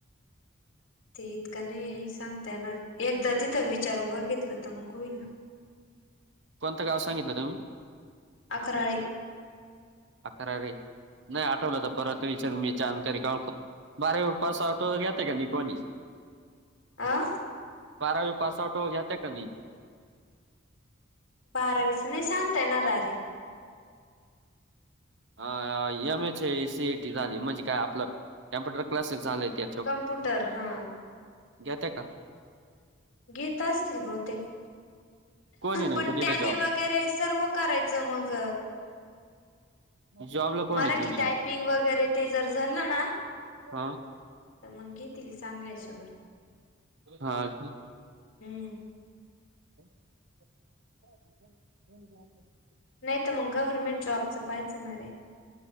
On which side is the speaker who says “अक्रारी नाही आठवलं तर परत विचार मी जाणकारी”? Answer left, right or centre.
Right